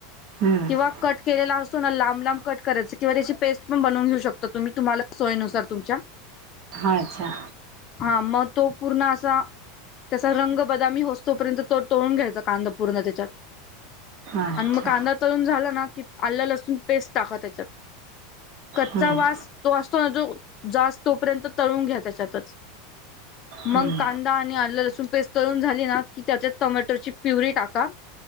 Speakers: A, on the right; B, on the left.
A: हम्म
B: किंवा कट केलेला असतो ना लांब लांब कट कराचं किंवा त्याची पेस्ट पण बनवून घेऊ शकतो तुम्ही, तुम्हाला सोयनुसार तुमच्या
A: हाच्छा
B: हा मग तो पूर्ण असा त्याचा रंग बदामी होस तोपर्यंत तो तोळून घ्यायचा कांदा पूर्ण त्याच्यात
A: अच्छा
B: आणि मग कांदा तळून झाला ना की आला लसूण पेस्ट टाका त्याच्यात कच्चा
A: हम्म
B: वास तो असतो ना जो जास तोपर्यंत तळून घ्या त्याच्यातच
A: हम्म
B: मग <unintelligible> कांदा आलं लसूण पेस्ट तरून झाली ना की त्याच्या टोमॅटोची प्युरी टाका